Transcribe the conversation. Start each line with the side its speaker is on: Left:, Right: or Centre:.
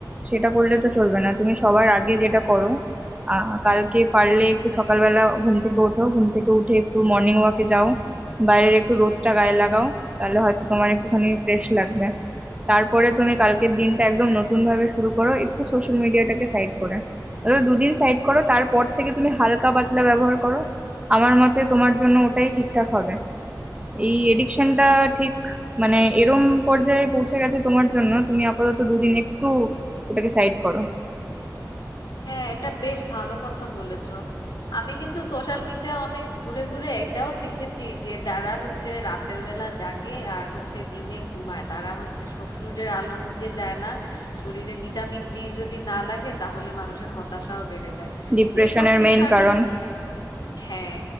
Right: সেটা করলে তো চলবে না তুমি সবার আগে যেটা করো আহ কালকে পারলে একটু সকালবেলা ঘুম থেকে ওঠো ঘুম থেকে উঠে একটু মর্নিং ওয়াকে যাও বাইরের একটু রোদটা গায়ে লাগাও তাহলে হয়তো তোমার একটুখানি ফ্রেশ লাগবে তারপরে তুমি কালকের দিনটা একদম নতুন ভাবে শুরু করো একটু সোশ্যাল মিডিয়াটাকে সাইড করে অন্তত দুদিন সাইড করো তারপর থেকে তুমি হালকা পাতলা ব্যবহার করো আমার মতে তোমার জন্য ওটাই ঠিকঠাক হবে এই এডিকশনটা ঠিক মানে এরম পর্যায়ে পৌঁছে গেছে তোমার জন্য তুমি আপাতত দুদিন একটু ওটাকে সাইড করো
Left: হ্যাঁ এটা বেশ ভালো কথা বলেছো আমি কিন্তু সোশ্যাল মিডিয়া অনেক ঘুরে ঘুরে এটাও দেখেছি যে যারা হচ্ছে রাতের বেলা জাগে আর হচ্ছে দিনে ঘুমায় তারা হচ্ছে স- সূর্যের আলোর নিচে যায় না শরীরে ভিটামিন ডি যদি না লাগে তাহলে মানুষের হতাশাও বেড়ে যায়
Right: ডিপ্রেশনের
Left: তো এসব কিছু
Right: মেইন
Left: আমি
Right: কারণ
Left: হ্যাঁ